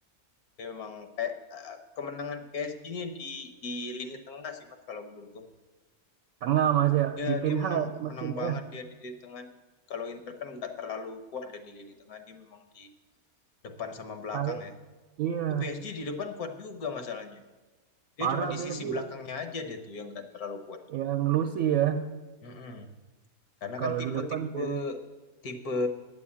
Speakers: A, on the left; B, on the right.
A: Tapi memang kayak, eee, kemenangan PSG ini di di lini tengah sih Mas kalau menurutku.
B: Tengah Mas ya,
A: Ya
B: Vitinha
A: dia menang
B: mesin
A: menang banget
B: ya.
A: dia di lini tengah nih. Kalau Inter kan nggak terlalu kuat ya di lini tengah, dia memang di depan sama belakang
B: Saya-
A: ya.
B: Iya,
A: Tapi PSG di depan kuat juga masalahnya. Dia
B: parah
A: cuma di
B: PSG.
A: sisi belakangnya aja dia tuh yang nggak terlalu kuat.
B: yang Lucy ya
A: Mhm. Karena kan
B: kalau
A: tipe-tipe
B: di depan tuh
A: tipe